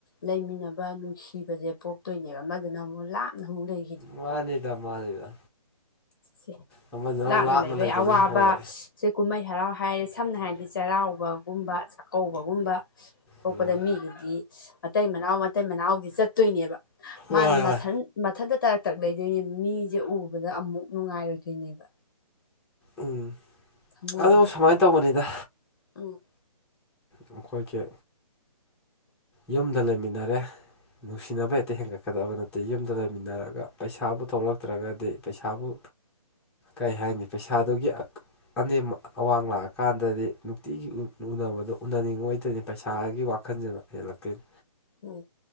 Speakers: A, on the left; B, in the centre.
A: ꯂꯩꯃꯤꯟꯅꯕ ꯅꯨꯡꯁꯤꯕꯁꯦ ꯄꯣꯛꯇꯣꯏꯅꯦꯕ ꯑꯃꯗꯨꯅ ꯑꯃꯨꯛ ꯂꯥꯞꯅ ꯑꯃꯨꯛ ꯂꯩ
B: ꯃꯥꯅꯤꯗ ꯃꯥꯅꯤꯗ
A: ꯁꯦ
B: ꯑꯃꯗꯨꯅ
A: ꯂꯥꯞꯅ ꯂꯩꯕꯒꯤ
B: ꯂꯩꯗꯣꯏꯅꯤ
A: ꯑꯋꯥꯕ
B: ꯍꯣꯏ
A: ꯁꯤ ꯀꯨꯝꯍꯩ ꯍꯔꯥꯎ ꯍꯥꯏꯔꯦ ꯁꯝꯅ ꯍꯥꯏꯔꯕꯗꯤ ꯆꯩꯔꯥꯎꯕꯒꯨꯝꯕ ꯆꯥꯛꯀꯧꯕꯒꯨꯝꯕ ꯄꯣꯛꯄꯗ
B: ꯎꯝ
A: ꯃꯤꯒꯤꯗꯤ ꯃꯇꯩ ꯃꯅꯥꯎ ꯃꯇꯩ ꯃꯅꯥꯎꯗꯤ ꯆꯠꯇꯣꯏꯅꯦꯕ ꯃꯥꯗꯤ
B: ꯋꯥꯏ
A: ꯃꯊꯟ
B: ꯋꯥꯏ
A: ꯃꯊꯟꯇ ꯇꯔꯛ ꯇꯛ ꯂꯩꯗꯣꯏꯅꯦ ꯃꯤꯁꯦ ꯎꯕꯗ ꯑꯃꯨꯛ ꯅꯨꯡꯉꯥꯏꯔꯣꯏꯗꯣꯏꯅꯦꯕ
B: ꯎꯝ
A: ꯊꯃꯣꯏꯁꯦ
B: ꯑꯗꯨ ꯁꯨꯃꯥꯏꯅ ꯇꯧꯕꯅꯤꯗ
A: ꯎꯝ
B: ꯑꯩꯈꯣꯏꯒꯤ ꯌꯨꯝꯗ ꯂꯩꯃꯤꯟꯅꯔꯦ ꯅꯨꯡꯁꯤꯅꯕ ꯍꯦꯛꯇ ꯍꯦꯟꯒꯠꯀꯗꯕ ꯅꯠꯇꯦ ꯌꯨꯝꯗ ꯂꯩꯃꯤꯟꯅꯔꯒ ꯄꯩꯁꯥꯕꯨ ꯊꯣꯛꯂꯛꯇ꯭ꯔꯒꯗꯤ ꯄꯩꯁꯥꯕꯨ
A: <inaudible>
B: ꯀꯩ ꯍꯥꯏꯅꯤ ꯄꯩꯁꯥꯗꯨꯒꯤ ꯑꯅꯦꯝ ꯑꯋꯥꯡ ꯂꯥꯛꯑꯀꯥꯟꯗꯗꯤ ꯅꯨꯡꯇꯤꯒꯤ ꯎꯅꯕꯗꯣ ꯎꯅꯅꯤꯡꯉ ꯑꯣꯏꯗꯣꯏꯅꯤ ꯄꯩꯁꯥꯒꯤ ꯋꯥꯈꯜꯁꯤꯅ ꯍꯦꯜꯂꯛꯇꯣꯏꯅꯤ
A: ꯎꯝ